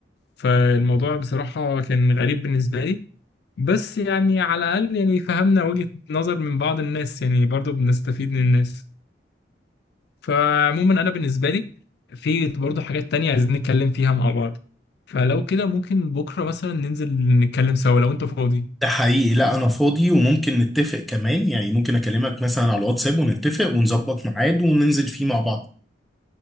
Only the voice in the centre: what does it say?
ده حقيقي لا انا فاضي وممكن نتفق كمان يعني ممكن اكلمك مثلا على الواتساب ونتفق ونظبط ميعاد وننزل فيه مع بعض